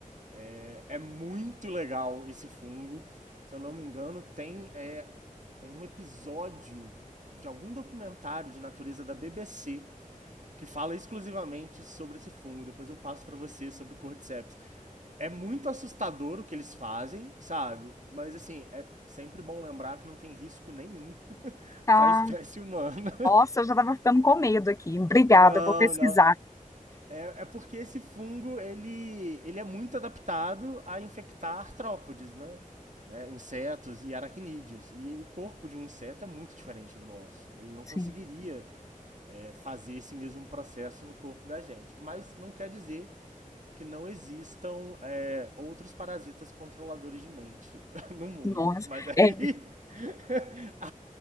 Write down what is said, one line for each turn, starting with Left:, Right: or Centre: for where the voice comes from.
Right: É, é muito legal esse fungo. Se eu não me engano, tem, é, tem um episódio de algum documentário de natureza da BBC que fala exclusivamente sobre esse fungo. Depois eu passo para você sobre o Cordyceps. É muito assustador o que eles fazem, sabe? Mas assim, é sempre bom lembrar que não tem risco nenhum <laughs>
Left: Ah,
Right: para a espécie humana. <laughs>
Left: nossa, eu já estava ficando com medo aqui, obrigada,
Right: Não,
Left: vou pesquisar,
Right: não. É, é porque esse fungo, ele, ele é muito adaptado a infectar artrópodes, né? né? Insetos e aracnídeos. E o corpo de um inseto é muito diferente do nosso. Ele não
Left: sim,
Right: conseguiria é, fazer esse mesmo processo no corpo da gente. Mas não quer dizer que não existam é, outros parasitas controladores de mente <laughs> no mundo.
Left: nossa,
Right: Mas aí
Left: é,
Right: <laughs>